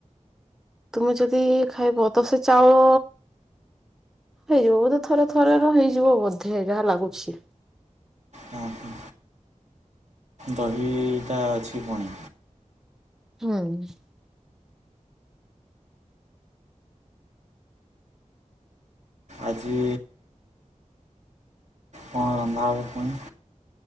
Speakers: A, in the centre; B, on the right (about 65°).
A: ତୁମେ ଯଦି ଖାଇବ ତ ସେ ଚାଉଳ ହେଇଯିବ ବୋଧେ ଥରେ ଥରେ ର ହେଇଯିବ ବୋଧେ ଯାହା ଲାଗୁଛି।
B: ଅ ହୋ। ଦହିଟା ଅଛି ଫୁଣି।
A: ହୁଁ।
B: ଆଜି କଣ ରନ୍ଧା ହବ ପୁଣି?